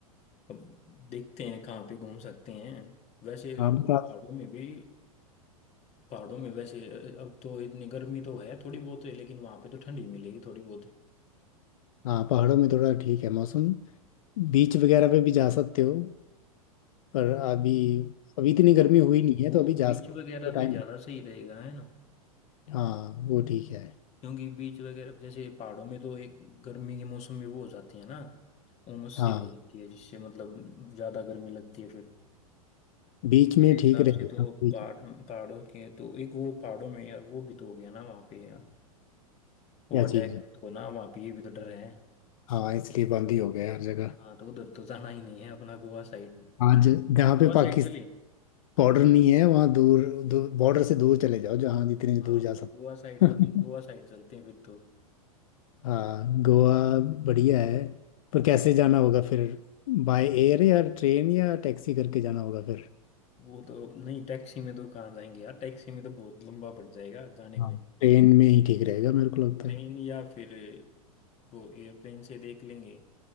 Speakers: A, on the left (about 35°); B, on the left (about 65°).
A: अब देखते हैं कहाँ पे घूम सकते हैं वैसे
B: हाँ
A: पहाड़ों
B: बता
A: में भी पहाड़ों में वैसे अब तो इतनी गर्मी तो है थोड़ी बहुत है लेकिन वहां पे तो ठंडी मिलेगी थोड़ी बहुत
B: हाँ पहाड़ों में थोड़ा ठीक है मौसम बीच वगैरह पे भी जा सकते हो पर अभी अभी इतनी गर्मी
A: हाँ
B: हुई नहीं है
A: वो
B: तो अभी जा
A: बीच
B: सकते
A: वगैरह
B: हो टाइम
A: पे ज़्यादा
B: है।
A: सही रहेगा है ना
B: हाँ वो ठीक है
A: क्योंकि बीच वगैरह जैसे पहाड़ों में तो एक गर्मी के मौसम में वो हो जाती है ना उमस
B: हाँ
A: सी हो जाती है जिससे मतलब ज़्यादा गर्मी लगती है फिर
B: बीच में
A: मेरे हिसाब
B: ठीक रहेगा
A: से तो
B: बीच
A: पहाड़ पहाड़ों के तो एक वो पहाड़ों में यार वो भी तो हो गया ना वहाँ पे यार वो
B: क्या
A: अटैक
B: चीज़ है
A: तो ना वहाँ पे ये भी तो डर है
B: हाँ इसलिए बंद ही हो गया हर जगह
A: हाँ तो उधर तो जाना ही नहीं है अपना गोवा साइड
B: आज जहाँ
A: गोवा
B: पे
A: साइड
B: पाकिस्तान
A: चलिए
B: बॉर्डर नहीं है वहाँ दूर दूर बॉर्डर से दूर चले जाओ जहाँ जितने
A: हाँ
B: दूर जा
A: वो
B: सकते
A: गोवा साइड
B: <laughs>
A: गोवा साइड चलते हैं फिर तो
B: हाँ गोवा बढ़िया है पर कैसे जाना होगा फिर बाय एयर या ट्रेन या टैक्सी करके जाना होगा फिर
A: वो तो नहीं टैक्सी में तो कहाँ जाएंगे यार टैक्सी में तो बहुत लंबा पड़ जाएगा जाने
B: हाँ
A: में
B: ट्रेन में ही ठीक रहेगा मेरे को लगता
A: ट्रेन
B: है
A: या फिर वो एयरप्लेन से देख लेंगे